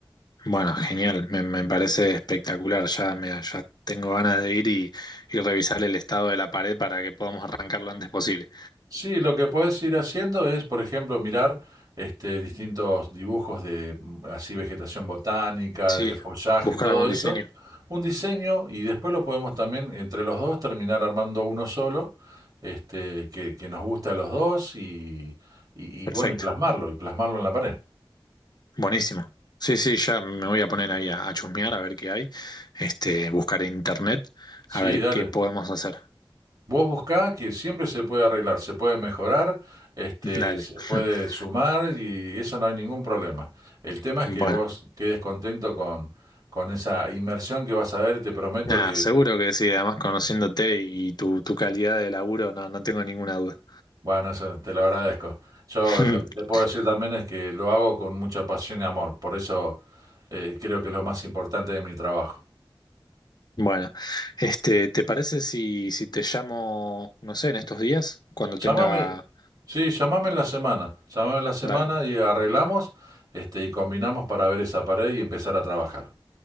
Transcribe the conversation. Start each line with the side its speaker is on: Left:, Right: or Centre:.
Left: Bueno, genial, me, me parece espectacular. Ya, me, ya tengo ganas de ir y, y revisar el estado de la pared para que podamos arrancar lo antes posible.
Right: Sí, lo que puedes ir haciendo es, por ejemplo, mirar este, distintos dibujos de mm, así vegetación botánica,
Left: Sí,
Right: de follaje,
Left: buscar
Right: todo
Left: algún
Right: eso,
Left: diseño.
Right: un diseño y después lo podemos también entre los dos terminar armando uno solo, este, que, que nos guste a los dos y, y, y
Left: Perfecto,
Right: bueno, y plasmarlo, y plasmarlo en la pared.
Left: buenísimo. Sí, sí, ya me voy a poner ahí a, a chusmear a ver qué hay. Este, buscar en internet
Right: Sí,
Left: a ver
Right: dale.
Left: qué podemos hacer.
Right: Vos buscá que siempre se puede arreglar, se puede mejorar, este,
Left: <laughs> Dale.
Right: se
Left: <laughs>
Right: puede sumar y eso no hay ningún problema. El tema es
Left: Bueno,
Right: que vos quedes contento con, con esa inmersión que vas a ver, te prometo
Left: nada,
Right: que,
Left: seguro
Right: que-
Left: que sí. Además, conociéndote y tu, tu calidad de laburo, no, no tengo ninguna duda.
Right: bueno, eso te lo agradezco. Yo
Left: <laughs>
Right: lo que te puedo decir también es que lo hago con mucha pasión y amor, por eso eh, creo que es lo más importante de mi trabajo.
Left: Bueno, este, ¿te parece si, si te llamo, no sé, en estos días? Cuando
Right: Llámame,
Left: tenga...
Right: sí, llámame en la semana, llámame en la semana
Left: Dale,
Right: y arreglamos, este, y combinamos para ver esa pared y empezar a trabajar.